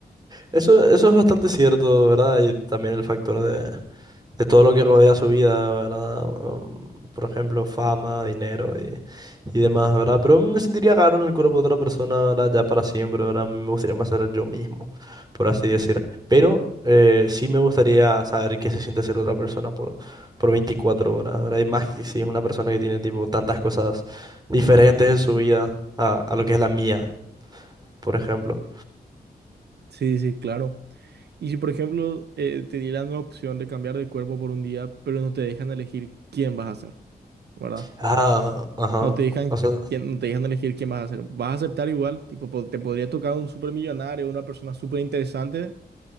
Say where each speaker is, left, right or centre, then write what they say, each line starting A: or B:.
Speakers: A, on the right (about 25°); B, on the right (about 80°).
A: Eso, eso es bastante cierto, ¿verdad? Y también el factor de, de todo lo que rodea su vida, ¿verdad? Um, por ejemplo, fama, dinero y, y demás, ¿verdad? Pero me sentiría raro en el cuerpo de otra persona, ¿verdad? Ya para siempre, ¿verdad? Me gustaría más ser yo mismo, por así decir. Pero eh, sí me gustaría saber qué se siente ser otra persona por, por 24 horas, ¿verdad? Y más que si es una persona que tiene, tipo, tantas cosas diferentes en su vida a, a lo que es la mía, por ejemplo.
B: Sí, sí, claro. Y si, por ejemplo, eh, te dieran la opción de cambiar de cuerpo por un día, pero no te dejan elegir quién vas a ser, ¿verdad?
A: Ah, ajá.
B: No te dejan,
A: O sea,
B: quién- no te dejan elegir quién vas a ser. ¿Vas a aceptar igual? Tipo, po- te podría tocar un supermillonario, una persona súper interesante.